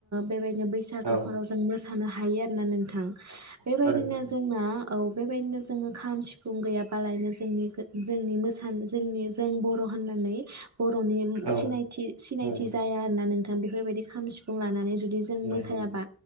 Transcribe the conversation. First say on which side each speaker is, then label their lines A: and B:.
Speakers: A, on the right; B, on the right.
A: बेबाय बैसागोफोराव
B: औ
A: जों मोसानाय थानो हायो आरो ना नोंथां। थां बेबायदिनो
B: थारैनो
A: जोंना। औ बेबायदिनो जोङो खाम सिफुं गैयाबालायनो जोंनि। गो जोंनि मोसानो जोंनि जों बर' होननानै। बर'नि
B: औ
A: सिनायथि-सिनायथि
B: थारैनो
A: आरोना नोंथां बेफोरबायदि खाम सि फुं लानानै जुदि जों
B: नंगौ
A: मोसायाबा